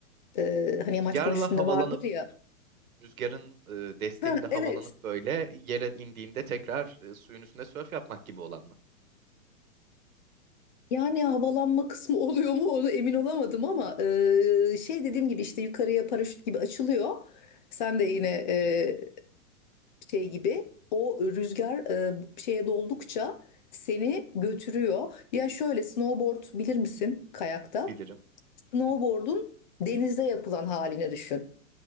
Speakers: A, on the left (about 30°); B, on the right (about 70°).
A: E, hani yamaç
B: Rüzgarla
A: paraşütünde
B: havalanıp
A: vardır ya.
B: rüzgarın e, desteğiyle
A: Ha,
B: havalanıp
A: evet.
B: böyle yere indiğinde tekrar e, suyun üstünde sörf yapmak gibi olan mı?
A: Yani havalanma kısmı <laughs> oluyor mu onu emin olamadım ama e, şey dediğim gibi işte yukarıya paraşüt gibi açılıyor. Sen de yine e,
B: Hı hı.
A: şey gibi o rüzgar e, şeye doldukça seni götürüyor. Ya şöyle snowboard bilir misin kayakta?
B: Bilirim.
A: Snowboard'un
B: Hı.
A: denizde yapılan halini düşün.